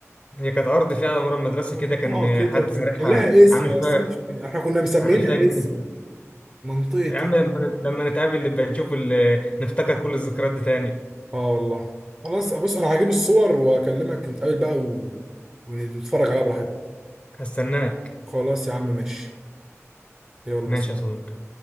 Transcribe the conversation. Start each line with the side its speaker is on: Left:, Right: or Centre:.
Left: هي كانت ارض فيها مرة المدرسه
Right: منطقه
Left: كده كان
Right: كده
Left: حد
Right: كان
Left: زارعها
Right: كان لها اسم
Left: عامل فيها
Right: بس انا مش احنا كنا مسمينها
Left: عامل فيها جنينه
Right: اسم
Left: كده
Right: منطقه
Left: يا عم
Right: ايه
Left: لما لما نتقابل نبقى نشوف ال- نفتكر كل الذكريات دي تاني
Right: اه والله خلاص بص انا هجيب الصور واكلمك نتقابل بقى و... ونتفرج عليها براحتنا
Left: هستناك
Right: خلاص يا عم ماشي يلا
Left: ماشي
Right: سلام
Left: يا صديقي